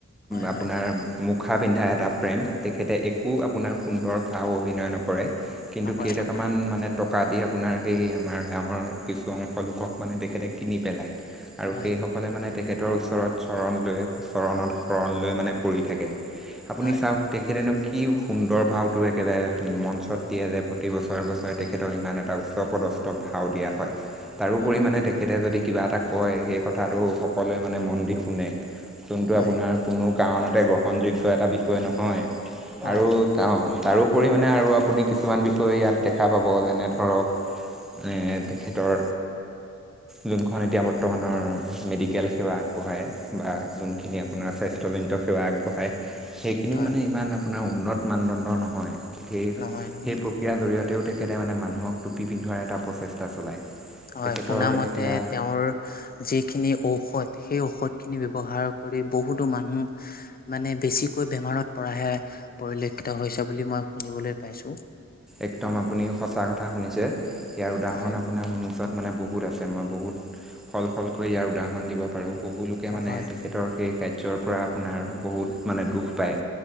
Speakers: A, on the left; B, in the centre.
A: হয়
B: আপোনাৰ
A: হয়
B: মুখা পিন্ধা এটা প্ৰেম, তেখেতে একো আপোনাৰ সুন্দৰ ভাৱ অভিনয় নকৰে। কিন্তু
A: নকৰে
B: কেইটকামান
A: নকৰে
B: মানে টকা দি আপোনাৰ সেই আমাৰ গাঁৱৰ কিছু অংশ লোকক মানে তেখেতে কিনি পেলায় আৰু
A: হয়
B: সেই সকলে মানে তেখেতৰ ওচৰত চৰণ লৈ চৰণত শৰণ লৈ মানে পৰি থাকে। আপুনি
A: হয়
B: চাওক তেখেতেনো কি সুন্দৰ ভাৱটো একেবাৰে মঞ্চত দিয়ে যে প্ৰতি বছৰে-বছৰে তেখেতক ইমান এটা উচ উচ্চপদস্থ ভাও দিয়া হয় তাৰো
A: হয়
B: পৰিমাণে তেখেতে যদি কিবা এটা কয় সেই কথাটো সকলোৱে মানে মন দি শুনে যোনটো
A: হয়
B: আপোনাৰ কোনো কাৰণতে গ্ৰহণযোগ্য এটা বিষয় নহয়
A: হয়
B: আৰু অঁ, তাৰোপৰি মানে আৰু আপুনি কিছুমান বিষয় ইয়াত দেখা পাব যেনে ধৰক মানে তেখেতৰ যোনখন এতিয়া বৰ্তমানৰ মেডিকেল সেৱা আগবঢ়ায় বা যোনখিনি আপোনাৰ স্বাস্থ্যজনিত সেৱা আগবঢ়ায় সেইখিনিও
A: হয়
B: মানে
A: হয়
B: ইমান আপোনাৰ উন্নত মানদণ্ড নহয়, সেই-সেই
A: নহয় নহয়
B: প্ৰক্ৰিয়াৰ জৰিয়তেও তেখেতে মানে মানুহক টুপি পিন্ধোৱাৰ এটা প্ৰচেষ্টা চলায়।
A: হয়
B: তেখেতৰ
A: শুনামতে
B: এতিয়া
A: তেওঁৰ যিখিনি ঔষধ সেই ঔষধ খিনি ব্যৱহাৰ কৰি বহুতো মানুহ মানে বেছিকৈ বেমাৰত পৰাহে পৰিলক্ষিত হৈছে বুলি মই শুনিবলৈ পাইছোঁ।
B: একদম আপুনি সঁচা কথা শুনিছে, ইয়াৰ উদাহৰণ
A: হয়,
B: আপোনাৰ মোৰ ওচৰত মানে বহুত আছে মই বহুত সল-সলকৈ ইয়াৰ উদাহৰণ দিব পাৰোঁ। বহুলোকে মানে
A: হয়,
B: তেখেতৰ সেই কাৰ্যৰ পৰা আপোনাৰ বহুত মানে দুখ পায়।